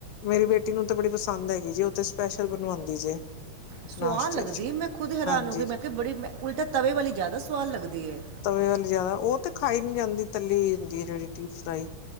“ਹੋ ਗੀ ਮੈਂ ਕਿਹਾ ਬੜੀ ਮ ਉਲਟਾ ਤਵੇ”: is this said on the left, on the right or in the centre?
Right